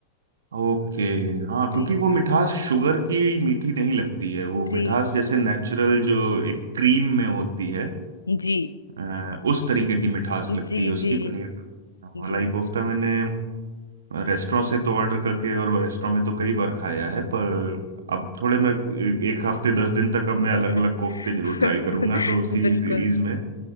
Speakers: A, on the right (about 65°); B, on the left (about 80°).
A: ओके हाँ क्योंकि
B: जी
A: वो मिठास शुगर की मीठी नहीं लगती है वो
B: जी
A: मिठास जैसे नेचुरल जो एक क्रीम में होती है
B: जी
A: अ, उस तरीके की मिठास लगती
B: जी
A: है उसकी
B: जी
A: पनीर हाँ, मलाई
B: जी
A: कोफ्ता मैंने रेस्टोरेंट से तो ऑर्डर करके और रेस्टोरेंट में तो कई बार खाया है पर अब थोड़े मैं एक एक हफ्ते दस दिन तक अब मैं अलग
B: <laughs>
A: अलग कोफ्ते जरूर ट्राई करूंगा तो उसी
B: बिल्कुल
A: सीरीज में